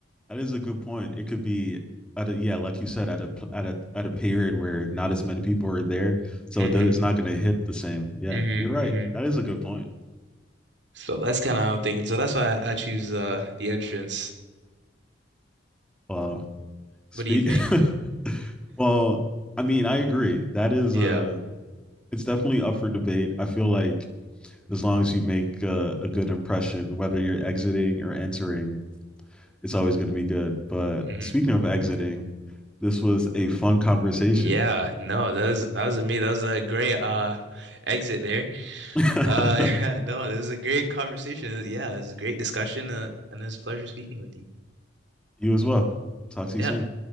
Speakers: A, in the centre; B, on the right.
A: That is a good point. It could be at a, yeah, like you said, at a at a at a period where not as many people are there, so
B: Mm-hmm.
A: it does, it's not going to hit the same. Yeah,
B: Mm-hmm.
A: you're right.
B: Mm-hmm.
A: That is a good point.
B: So that's kind of how I'm thinking. So that's why I, I choose uh the entrance.
A: Well, speak.
B: What do you think?
A: <laughs> well, I mean, I agree. That is
B: Yeah.
A: a. It's definitely up for debate. I feel like as long as you make a, a good impression, whether you're exiting or entering, it's always going to be good. But
B: Mm-hmm.
A: speaking of exiting, this was a fun conversation.
B: Yeah, no, that was that was me. That was a great uh exit there.
A: <laughs>
B: Uh, <laughs> yeah, no, this is a great conversation. Yeah, it's a great discussion, uh, and it's a pleasure speaking with you.
A: you as well. Talk to
B: Yeah.
A: you soon.